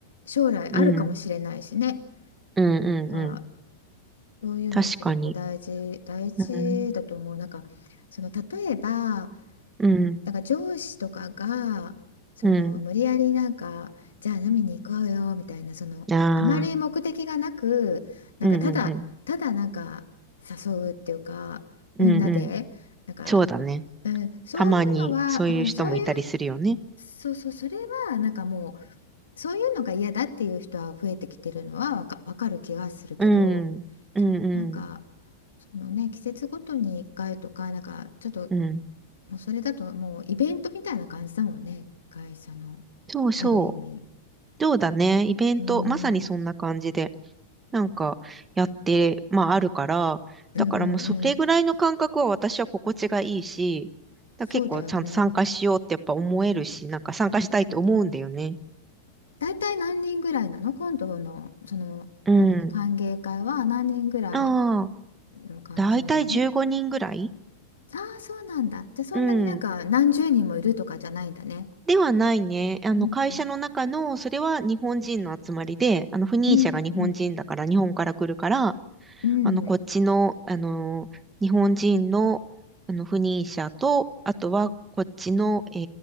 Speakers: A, on the left; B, on the right.
A: 将来あるかもしれないしね。
B: うん。うんうんうん。
A: なんかそういうのすごく大事、
B: 確かに。
A: 大事だと思う。
B: うん。
A: なんか、その例えば、
B: うん。
A: なんか上司とかが、その無理やりなんか、
B: うん。
A: じゃあ飲みに行こうよみたいな、そのあまり目的がなく、
B: ああ。
A: なんかただ、
B: うんうんうん。
A: ただなんか誘うっていうか、みんなで、
B: うんうん。
A: なんか、
B: そうだね。
A: うん、そういうのは、
B: たまにそういう人もいたりするよね。
A: うん、そういう、そうそう、それはなんかもう、そういうのが嫌だっていう人は増えてきてるのはわか、わかる気がするけど。
B: うん、うん、うん、
A: なんかそのね季節ごとに1回とかなんかちょっと
B: うん。
A: もうそれだともうイベントみたいな感じだもんね会社の
B: そうそ
A: ある意味
B: う。そうだね。イベント、
A: うーん、
B: まさにそんな感じで、
A: うん
B: なんか、やって、まあ、あるから、
A: うんうん
B: だからもうそれぐらいの感覚は私は心地がいいし、だ結構ちゃんと参加しようってやっぱ思えるし、
A: そうだよね、
B: なんか参加したいと思うんだよね。
A: うん、大体何人ぐらいなの今度のそのなんだっけ歓迎会は何人ぐらい
B: うん。ああ、
A: の感じなの
B: だいたい15人ぐらい
A: ああーそうなんだじゃあそんなになんか何十人もいるとかじゃないんだね
B: うん。ではないね。あの、
A: うん、
B: 会社の中の、それは日本人の集まりで、あの、赴任者が日本人だから、
A: うんうん
B: 日本から来るから、
A: うんうん
B: あの、こっちの、あの、日本人の、あの、不妊者と、あとは、こっちの、え